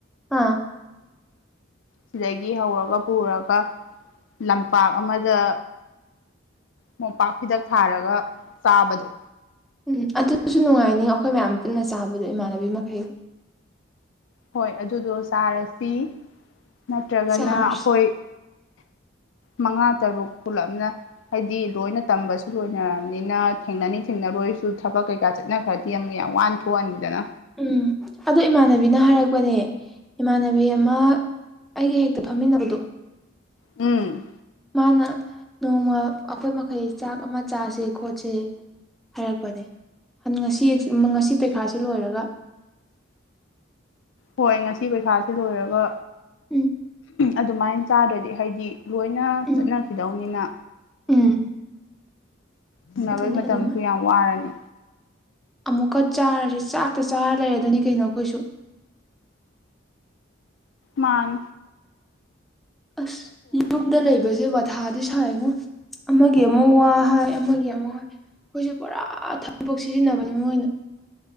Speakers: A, in the centre; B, on the left (about 75°).
A: ꯑꯥ
B: ꯁꯤꯗꯒꯤ ꯍꯧꯔꯒ ꯄꯨꯔꯒ ꯂꯝꯄꯥꯛ ꯑꯃꯗ ꯃꯣꯝꯄꯥꯛ ꯍꯤꯗꯛ ꯊꯥꯔꯒ ꯆꯥꯕꯗꯣ
A: ꯎꯝ ꯑꯗꯨꯁꯨ ꯅꯨꯡꯉꯥꯏꯅꯤ ꯑꯩꯈꯣꯏ ꯃꯌꯥꯝ ꯄꯨꯟꯅ ꯆꯥꯕꯗꯣ ꯏꯃꯥꯟꯅꯕꯤ ꯃꯈꯩ
B: ꯍꯣꯏ ꯑꯗꯨꯗꯣ ꯆꯥꯔꯁꯤ ꯅꯠꯇ꯭ꯔꯒꯅ
A: ꯆꯥꯔꯁꯦ
B: ꯑꯩꯈꯣꯏ ꯃꯉꯥ ꯇꯔꯨꯛ ꯄꯨꯂꯞꯅ ꯍꯥꯏꯗꯤ ꯂꯣꯏꯅ ꯇꯝꯕꯁꯨ ꯂꯣꯏꯅꯔꯕꯅꯤꯅ ꯊꯦꯡꯅꯅꯤꯡ ꯊꯦꯡꯅꯔꯣꯏꯁꯨ ꯊꯕꯛ ꯀꯩꯀꯥ ꯆꯠ ꯆꯠꯅ ꯈ꯭ꯔꯗꯤ ꯑꯃꯨꯛ ꯌꯥꯝ ꯋꯥꯟ ꯊꯣꯛꯑꯅꯤꯗꯅ
A: ꯎꯝ ꯑ ꯏꯃꯥꯟꯅꯕꯤꯅ ꯍꯥꯏꯔꯛꯄꯅꯦ ꯏꯃꯥꯟꯅꯕꯤ ꯑꯃ ꯑꯩꯒ ꯍꯦꯛꯇ ꯐꯝꯃꯤꯟꯅꯕꯗꯨꯣ
B: ꯎꯝ
A: ꯃꯥꯅ ꯅꯣꯡꯃ ꯑꯩꯈꯣꯏ ꯃꯈꯩ ꯆꯥꯛ ꯑꯃ ꯆꯥꯁꯦ ꯈꯣꯠꯁꯦ ꯍꯥꯏꯔꯛꯄꯅꯦ ꯉꯁꯤ ꯉꯁꯤ ꯄꯔꯤꯈꯥꯥꯁ ꯂꯣꯏꯔꯒ
B: ꯍꯣꯏ ꯉꯁꯤ ꯄꯩꯈꯥꯁꯦ ꯂꯣꯏꯔꯒ
A: ꯎꯝ
B: ꯑꯗꯨꯃꯥꯏꯅ ꯆꯥꯗ꯭ꯔꯗꯤ ꯍꯥꯏꯗꯤ ꯂꯣꯏꯅ
A: ꯎꯝ
B: ꯆꯠꯅꯈꯤꯗꯧꯅꯤꯅ
A: ꯎꯝ
B: ꯊꯤꯡꯅꯕꯩ
A: ꯑꯗꯨꯅꯤ
B: ꯃꯇꯝꯁꯨ
A: ꯑꯗꯨꯝ
B: ꯌꯥꯝ ꯋꯥꯔꯅꯤ
A: ꯑꯃꯨꯛꯀ ꯆꯥꯔꯁꯦ ꯆꯥꯛꯇ ꯆꯥꯔ ꯂꯩꯔ ꯑꯗꯨꯅꯤ ꯀꯩꯅꯣ ꯑꯩꯈꯣꯏꯁꯨ
B: ꯃꯥꯥꯡ
A: ꯑꯁ ꯌꯨꯝꯗ ꯂꯩꯕꯁꯦ ꯃꯊꯥꯗꯤ ꯁꯥꯏꯉꯣ ꯑꯃꯒꯤ ꯑꯃꯨꯛ ꯋꯥ ꯍꯥꯏ ꯑꯃꯒꯤ ꯑꯃꯨꯛ ꯋꯥ ꯑꯩꯈꯣꯏꯁꯨꯦ ꯄꯨꯔꯥ ꯊꯕꯛꯄ ꯁꯤꯖꯤꯟꯅꯕꯅꯤ ꯃꯣꯏꯅ